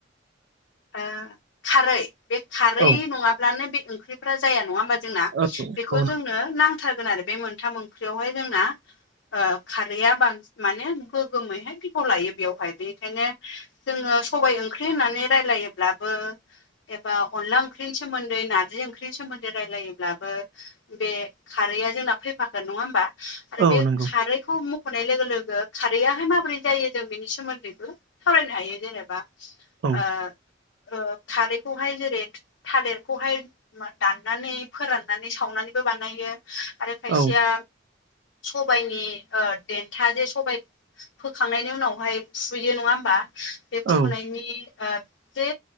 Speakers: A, on the left; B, on the right.
A: ओ खारै बे खारै
B: औ
A: नङाब्लानो बे ओंख्रिफ्रा जाया नङा होमबा जोंना
B: औ
A: बे खौ
B: औ
A: जोंनो नांथारगोन आरो बे मोनथाम ओंख्रियावहाय जोंना ओ खारैया बांसिन माने गोगोमैहाय बिफाव लायो बेवहाय बेखायनो जोङो सबाय ओंख्रि होननानै रायलायोब्लाबो एबा अनला ओंख्रिनि सोमोन्दै नारजि ओंख्रि सोमोन्दै रायलायोब्लाबो बे खारैया जोंना फैफागोन नङा होमबा? आरो
B: औ
A: बे
B: नंगौ
A: खारैखौ म खनाय लोगो लोगो खारैआहाय माबोरै जायो जों बेनि सोमोन्दैबो सावरायनो हायो जेनेबा ओ
B: औ
A: खारैखौहाय जेरै थालिरखौहाय ना दाननानै फोराननानै सावनानैबो बानायो आरो खायसेया
B: औ
A: सबायाइनि ओ देन्था जे सबायाइ फोखांनायनि उनावहाय फुयो नङा होमबा? बे फुनायनि
B: औ
A: ओ जे